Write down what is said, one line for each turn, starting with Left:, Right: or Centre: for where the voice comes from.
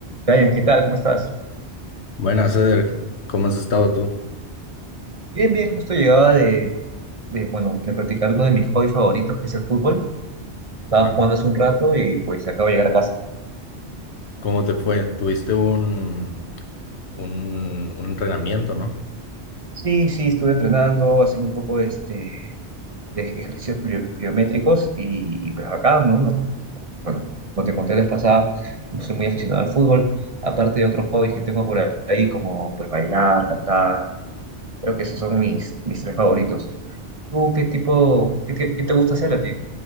Right: Brian, ¿qué tal? ¿Cómo estás?
Left: Buenas, Ceder. ¿Cómo has estado tú?
Right: Bien, bien, justo llegaba de, de, bueno, de practicar uno de mis hobbies favoritos, que es el fútbol. Estaba
Left: Ah,
Right: jugando hace un rato y pues acabo de llegar a casa.
Left: ¿Cómo te fue? Tuviste un, un, un entrenamiento, ¿no?
Right: Sí, sí, estuve entrenando, haciendo un poco de, este, de ejercicios pli- pliométricos y, y pues acá, ¿no? No, Bueno, como te conté la vez pasada, no soy muy aficionado al fútbol, aparte de otros hobbies que tengo por ahí, como pues bailar, cantar. Creo que esos son mis, mis tres favoritos. ¿Tú qué tipo, qué, qué- qué te gusta hacer a ti?